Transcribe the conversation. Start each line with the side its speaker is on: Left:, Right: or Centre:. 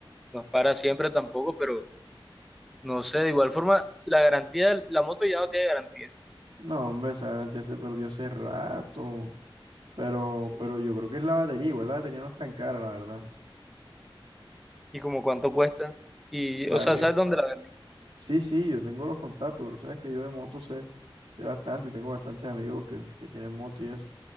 Centre: no es para siempre tampoco, pero no sé, de igual forma, la garantía, la moto ya no tiene garantía.
Right: No, hombre, esa garantía se perdió hace rato. Pero,
Centre: Sí.
Right: pero yo creo que es la batería, igual la batería no es tan cara, la verdad.
Centre: ¿Y como cuánto cuesta? Y,
Right: Vale
Centre: o sea, ¿sabes dónde la venden?
Right: Sí, sí, yo tengo los contactos, pero sabes que yo de moto sé, sé bastante y tengo bastantes amigos que, que tienen moto y eso.